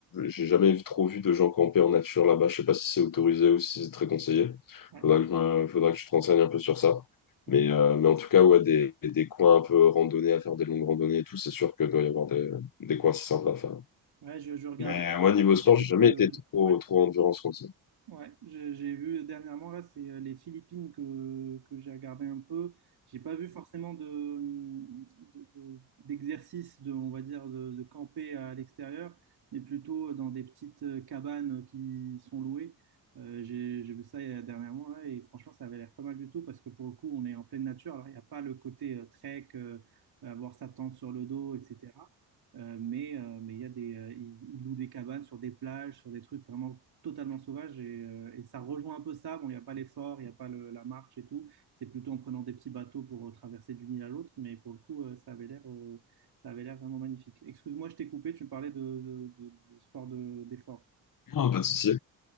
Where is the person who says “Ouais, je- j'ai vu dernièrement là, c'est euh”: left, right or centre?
Right